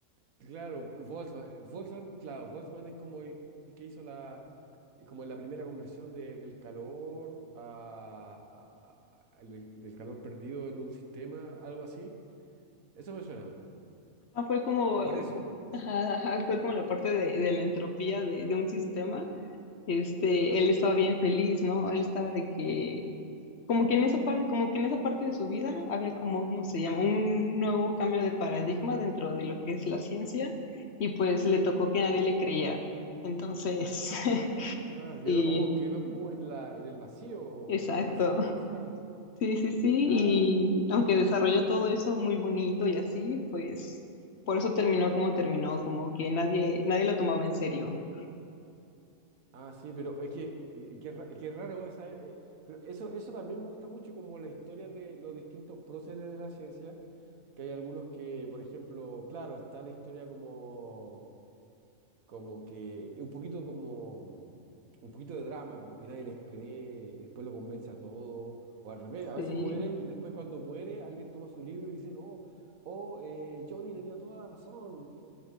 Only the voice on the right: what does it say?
Claro, Volkswagen, Volkswagen, claro, Volkswagen es como el, el que hizo la, eh, como la primera conversión de- del calor a, a- a- al del, del calor perdido en un sistema, algo así. Eso me suena.
Y
por eso.
Ah,
quedó como, quedó como en la, en el vacío,
en el vacío social.
Ah,
ah, sí, pero es que, eh, qué, ra- qué raro esa, eh, pero eso, eso también me gusta mucho, como la historia de los distintos próceres de la ciencia que hay algunos que, por ejemplo, claro, está la historia como, como que, un poquito como, mm, un poquito de drama, como que nadie les cree y después lo convence a todo, o al revés, a
veces mueren y después cuando muere alguien toma su libro y dice, no, oh, eh, Johnny tenía toda la razón. Eh,